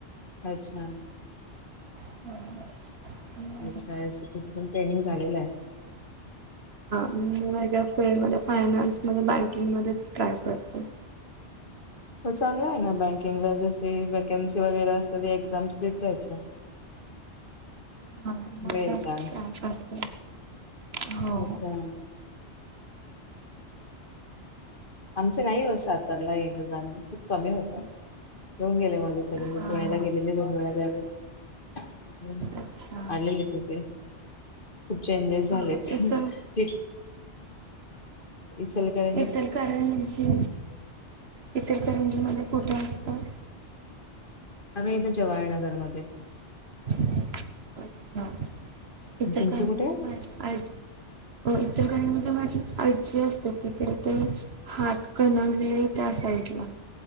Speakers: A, on the left; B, on the right.
A: अच्छा.
B: <unintelligible> हा,
A: अच्छा एसीपीसी पण ट्रेनिंग झालेलं आहे.
B: वेगळ्या फील्डमध्ये फायनान्समध्ये बँकिंगमध्ये ट्राय करते.
A: हो चांगला आहे ना, बँकिंगला जशी व्हॅकन्सी वगैरे असते. त एक्झाम्स देत राहायच्या.
B: हा मग
A: मिळेल
B: त्याच
A: चान्स
B: ट्राय करते. हो.
A: अच्छा आमचं नाही हो सातारला येणं जाणं खूप कमी होत. येऊन गेले मध्ये. तरी मी
B: हा
A: पुण्याला गेलेले दोन वेळा यावेेळेस. <unintelligible>
B: अच्छा
A: आलेले तिथे, खूप चेंजेस झालेत.
B: हा इचल
A: चिट इचलकर
B: इचलकरंजी, इचलकरंजी मध्ये कुठे असता.
A: आम्ही येथे जवाळनगर मध्ये.
B: अच्छा. इचलकरंजीत
A: तुमचं कुठे?
B: माझी आजी हो. इचलकरंजी माझी आजी असते तिथे ते हात कणंगले त्या साईडला.